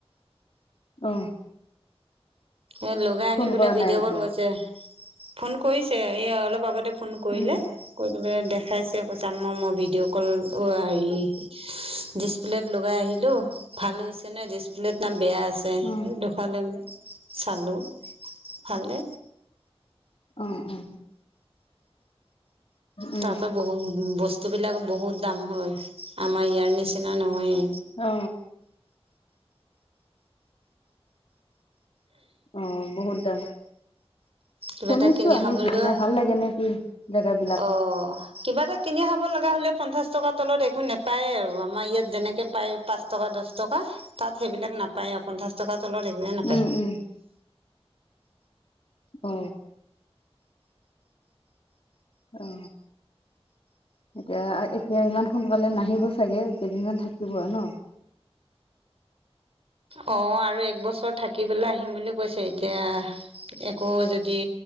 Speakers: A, on the left (about 65°); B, on the right (about 65°).
A: অ।
B: এ লগাই আনি
A: ফোন
B: পেলাই
A: কৰা
B: ভিডিঅ'
A: নাই এতিয়া,
B: কল কৈছে। ফোন কৰিছে এই অলপ আগতে ফোন কৰিলে
A: উম,
B: কৰিলৈ পেলে দেখাইছে ভিডিঅ' কল অ আ হেৰি। ডিচপ্লেত লগাই আহিলো ভাল হৈছে ন ডিচপ্লে ত নাম বেয়া আছে। আছে
A: অ',
B: সেই দেখালে মোক চালো ভালে।
A: অ অ। উম,
B: তাতো বহুত বস্তু বিলাক বহুত দাম হয় আমাৰ ইয়াৰ নিচিনা নহয়ে।
A: অ। অ বহুত দাম।
B: কিবা
A: শুনিছো
B: এটা কিনি
A: আমি
B: খাব
A: যোৱা
B: লোৱা
A: নাই, ভাল লাগে নে কি? জেগাবিলাক,
B: অ। কিবা এটা কিনি খাব লগা হলে পঞ্চাশ টকাৰ তলত একো নেপায়েই আৰু আমাৰ ইয়াত যেনেকে পায়। পাঁচ টকা, দহ টকা তাত সেইবিলাক নাপায় আৰু পঞ্চাশ টকাৰ তলত একেৱে নাপায়।
A: উম, উম, অ। অ। এতিয়া এতিয়া ইমান সোনকালে নাহিব চাগে কেইদিনমান থাকিব আৰু ন।
B: অ আৰু এক বছৰ থাকিপেলে আহিম বুলি কৈছে এতিয়া। একো যদি